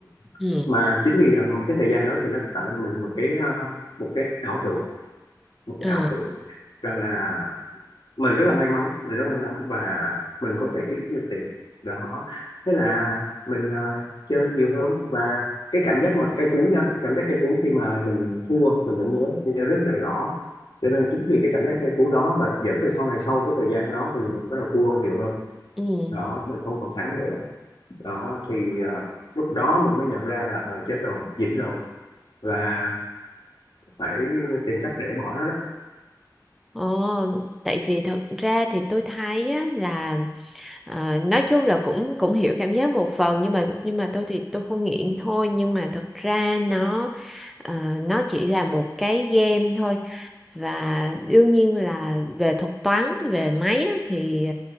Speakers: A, in the centre; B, on the left.
A: ừ,
B: <clears throat> mà chính vì ờ, cái thời gian đó thì nó tạo cho mình một cái ờ, một cái ảo tưởng một cái
A: ờ,
B: ảo tưởng rằng là mình rất là may mắn mình rất may mắn và mình có thể kiếm được tiền đó thế là mình ờ, chơi nhiều hơn và cái cảm giác mà cay cú nha cái cảm giác cay cú khi mà mình thua mình vẫn nhớ nhớ rất là rõ cho nên chính vì cái cảm giác cay cú đó và dẫn về sau này sau cái thời gian đó thì mình bắt đầu thua nhiều hơn
A: ừ.
B: đó mình không còn thắng nữa đó thì ờ, lúc đó mình mới nhận ra là ờ chết rồi dính rồi và phải tìm cách để bỏ nó đó
A: Ồ, tại vì thật ra thì tôi thấy á, là à, nói chung là cũng cũng hiểu cảm giác một phần nhưng mà nhưng mà tôi thì tôi không nghiện thôi nhưng mà thật ra nó à, nó chỉ là một cái game thôi và đương nhiên là về thuật toán về máy á, thì